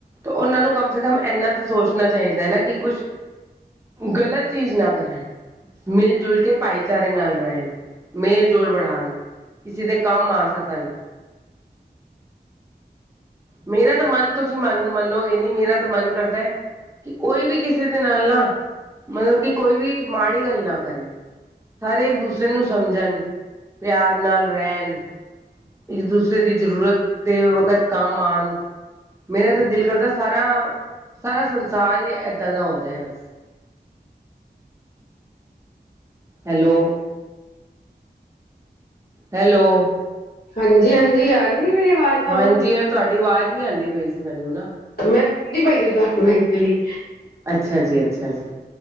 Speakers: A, on the right (about 15°); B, on the left (about 60°).
A: ਉਹਨਾਂ ਨੂੰ ਕਮ ਸੇ ਕਮ ਇੰਨਾ ਤਾਂ ਸੋਚਣਾ ਚਾਹੀਦਾ ਹੈ ਨਾ ਕਿ ਕੁਛ ਗਲਤ ਚੀਜ਼ ਨਾ ਕਰਨ ਮਿਲ ਜੁਲ ਕੇ ਭਾਈਚਾਰੇ ਨਾਲ ਰਹਿਣ ਮੇਲ ਜੋਲ ਬਣਾਣ। ਕਿਸੇ ਦੇ ਕੰਮ ਆ ਸਕਣ, ਮੇਰਾ ਤਾਂ ਮਨ ਤੁਸੀਂ ਮਨ ਮੰਨੋਗੇ ਨਹੀਂ ਮੇਰਾ ਤਾਂ ਮਨ ਕਰਦਾ ਐ ਕਿ ਕੋਈ ਵੀ ਕਿਸੇ ਦੇ, ਨਾਲ ਨਾ ਮਤਲਬ ਕਿ ਕੋਈ ਵੀ ਮਾੜੀ ਗੱਲ ਨਾ ਕਰੇ ਸਾਰੇ ਇੱਕ ਦੂਸਰੇ ਨੂੰ ਸਮਝਣ, ਪਿਆਰ ਨਾਲ ਰਹਿਣ। ਇੱਕ ਦੂਸਰੇ ਦੀ ਜ਼ਰੂਰਤ ਤੇ ਵਕਤ ਕੰਮ ਆਉਣ। ਮੇਰਾ ਤਾਂ ਦਿਲ ਕਰਦਾ ਸਾਰਾ, ਸਾਰਾ ਸੰਸਾਰ ਹੀ ਇਏਦਾਂ ਦਾ ਹੋ ਜਾਏ ਬਸ। ਹੈਲੋ। ਹੈਲੋ।
B: ਹਾਂਜੀ- ਹਾਂਜੀ ਆ ਨ ਮੇਰੀ ਆਵਾਜ਼ ਤੁਹਾਨੂੰ
A: ਹਾਂਜੀ ਆ ਤੁਹਾਡੀ ਆਵਾਜ਼ ਨਹੀ ਆਉਂਦੀ ਪਈ ਸੀ ਮੈਨੂੰ ਨਾ
B: ਮੈਂ ਸੁਣਦੀ ਪਈ ਸੀ ਤੁਹਾਨੂੰ ਐਕਚੁਲੀ
A: ਅੱਛਾ ਜੀ ਅੱਛਾ ਜੀ,